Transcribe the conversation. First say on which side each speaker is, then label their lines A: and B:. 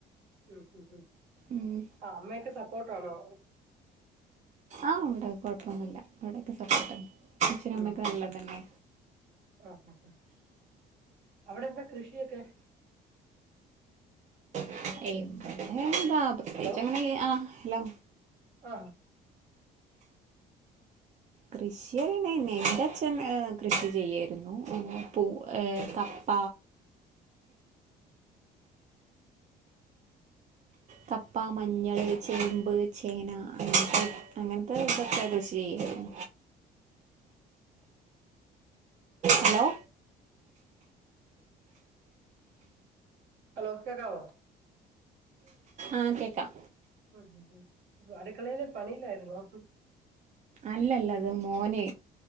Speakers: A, on the right; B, on the right.
A: ഉം ഉം
B: ഉം
A: ആ അമ്മെക്കെ സപ്പോട്ടാണോ
B: ആഹ് ഇവ്ടെ കൊഴപ്പൊന്നുല്ല അവിടെക്കെ സപ്പോട്ട അച്ചനു
A: ഉം
B: അമ്മക്ക
A: ഉം
B: നല്ലതന്നെ
A: ഉം ആ ആ ആ അവിടെ എന്താ കൃഷിയൊക്കെ
B: <unintelligible> എന്താ പ്രത്യേച്ച്
A: ഹലോ
B: അങ്ങനെ ആ ഹലോ
A: ആ
B: കൃഷിയറീണെന്നെ ഇന്റച്ഛൻ കൃഷി ചെയ്യാരുന്നു പു ആ കപ്പ കപ്പ മഞ്ഞൾ ചേമ്പ് ചേന അങ്ങ അങ്ങൻത്തെ ഇതൊക്കെ കൃഷി ചെയ്യും ഹലോ
A: ഹലോ കേക്കാവോ
B: ആഹ് കേക്കാം
A: ഉം ഉ ഉം ഇപ്പ അടുക്കളേല് പണീലാര്ന്നോ
B: അല്ലല്ല അത് മോനെ